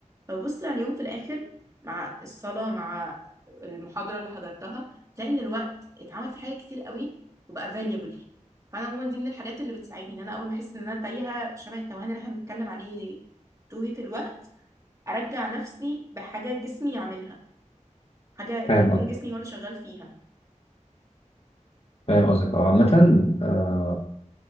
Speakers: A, on the right (about 25°); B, on the left (about 50°).
A: فببص على اليوم في الآخر مع الصلاة مع المحاضرة اللي حضرتها تلاقي إن الوقت اتعمل فيه حاجات كتير قوي وبقى valuable فأنا عموما دي من الحاجات اللي بتساعدني إن أنا أول ما أحس إن أنا تايهة شبه التوهان اللي إحنا بنتكلم عليه توهة الوقت أرجع نفسي بحاجة جسمي يعملها حاجة
B: فاهم
A: يكون
B: قصدك
A: جسمي هو اللي شغال فيها
B: فاهم قصدك اه عامة آه،